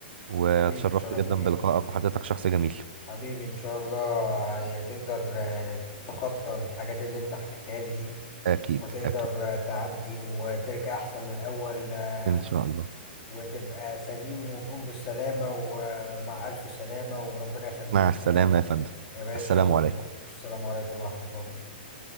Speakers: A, on the right (about 75°); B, on the left (about 35°).
A: واتشرفت
B: حبيبي اتشرفت
A: جدا
B: بيك
A: بلقائك وحضرتك شخص جميل
B: حبيبي ان شاء الله يعني تقدر آه، تتخطى الحاجات اللي انت حكيتها لي دي
A: أكيد
B: وتقدر
A: أكيد
B: آه، تعدي وترجع أحسن من الأول آه،
A: إن شاء الله
B: وتبقى سليم وتقوم بالسلامة ومع ألف سلامة وربنا يخليك
A: مع السلامة
B: آه،
A: يا فندم
B: يا باشا
A: السلام
B: والسلام
A: عليكم
B: عليكم ورحمة الله وبركاته